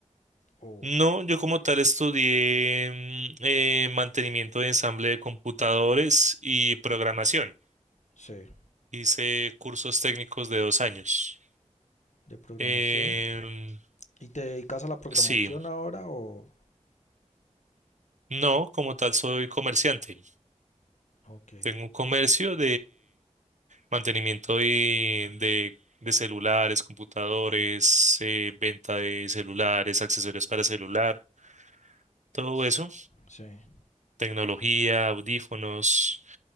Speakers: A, on the left; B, on the right.
A: O,
B: No, yo como tal estudié mm, eh, mantenimiento de ensamble de computadores y programación.
A: sí,
B: Hice cursos técnicos de dos años.
A: de programación.
B: Em,
A: ¿Y te dedicas a la programación
B: sí,
A: ahora o...?
B: no, como tal soy comerciante.
A: Ok.
B: Tengo un comercio Mantenimiento de, de, de celulares, computadores, eh, venta de celulares, accesorios para celular, todo
A: S-
B: eso,
A: Sí.
B: tecnología, audífonos.